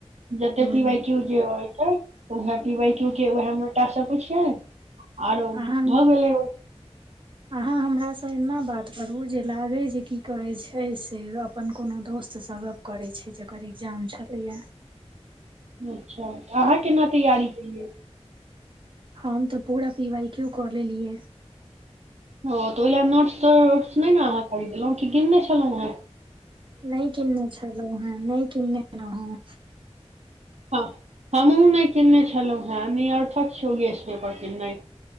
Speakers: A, on the right; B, on the right.
A: जतेक
B: हूँ
A: पीबाय क्यू जे हो छै उहे पीबए क्यू के उहे मेटा सभ पुछियै आओर
B: अहाँ
A: भऽ गेलै ओ
B: अहाँ हमरासँ एना बात करू जे लागै जे की कहै छै से अपन कोनो दोस्तसभक करै छै जेकर एग्जाम छलैया
A: अच्छा आहाँ केना तैयारी केलियै
B: हम तऽ पूरा पीवाइ क्यू कऽ लेलियै
A: ओ तऽ ओहि लऽ नोट्स तोट्स नहि ने आहाँ खरीदलहुं कि किनने छलहुँ हे
B: नहि किन्ने छलो हँ नहि किन्ने रहोउ
A: हँ हमहु नहि किनने छलहुँ हैं निरर्थक छै ओ गेस पेपर किननाई